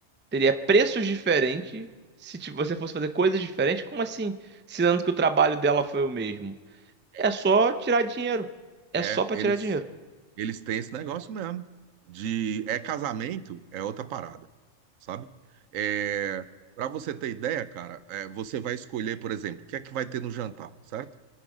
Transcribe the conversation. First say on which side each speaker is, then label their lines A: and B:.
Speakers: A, on the right; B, on the right.
A: Teria preços diferentes se ti- você fosse fazer coisas diferentes. Como assim? Sinando que o trabalho dela foi o mesmo.
B: É,
A: É só tirar dinheiro. É
B: é,
A: só pra
B: eles
A: tirar dinheiro.
B: Eles têm esse negócio mesmo de é casamento, é outra parada, sabe? É, para você ter ideia, cara, é, você vai escolher, por exemplo, o que é que vai ter no jantar, certo?